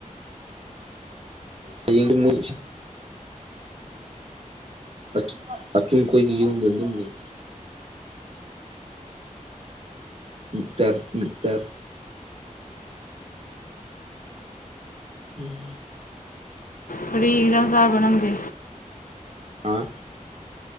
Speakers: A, on the right (about 50°); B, on the left (about 80°).
A: ꯍꯌꯦꯡꯗꯣ ꯃꯣꯏ ꯑꯆꯨꯝ ꯑꯆꯨꯝꯈꯣꯏꯒꯤ ꯌꯨꯝꯗ ꯑꯗꯨꯝ ꯂꯩ ꯃꯤꯇꯔ ꯃꯤ ꯇꯔ ꯎꯝ
B: ꯀꯔꯤ ꯏꯟꯁꯥꯡ ꯆꯥꯕ ꯅꯪꯗꯤ
A: ꯑ